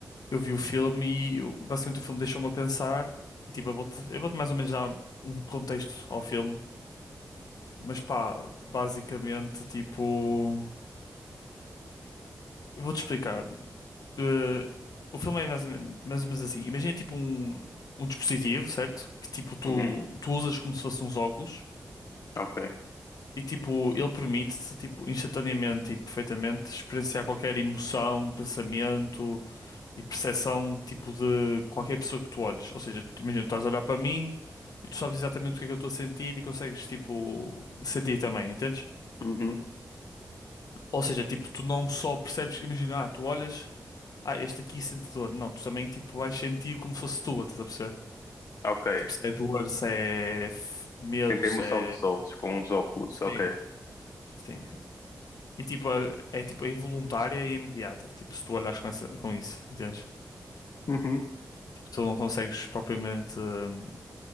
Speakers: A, on the left (about 85°); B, on the left (about 65°).
A: eu vi o filme e, eu- basicamente, o filme deixou-me a pensar e, tipo, eu vou-te, eu vou-te mais ou menos dar um contexto ao filme Mas pá, basicamente, tipo. eu Vou-te explicar. Eh, o filme é mais ou menos, mais ou menos assim. Imagina tipo um, um dispositivo, certo? Que tipo tu,
B: uhum,
A: tu usas como se fosse uns óculos
B: ok.
A: e tipo ele permite-te tipo, instantaneamente e perfeitamente experienciar qualquer emoção, pensamento e percepção tipo de qualquer pessoa que tu olhes. Ou seja, tu- imagina, tu estás a olhar para mim e tu sabes exatamente o que é que eu estou a sentir e consegues tipo sentir também, entendes?
B: Uhum,
A: Ou seja, tipo, tu não só percebes, imagina, ah, tu olhas, ah, este aqui sente dor. Não, tu também, tipo, vais sentir como se fosse tua, estás a perceber?
B: ok.
A: Tipo, se é dor, se é f- medo,
B: Sinto a
A: se
B: emoção
A: é...
B: dos outros com os óculos,
A: Sim.
B: ok.
A: Sim. E, tipo, é, é, tipo, é involuntária e imediata. Tipo, se tu olhas com, essa, com isso, entendes?
B: Uhum.
A: Tipo, tu não consegues propriamente hum,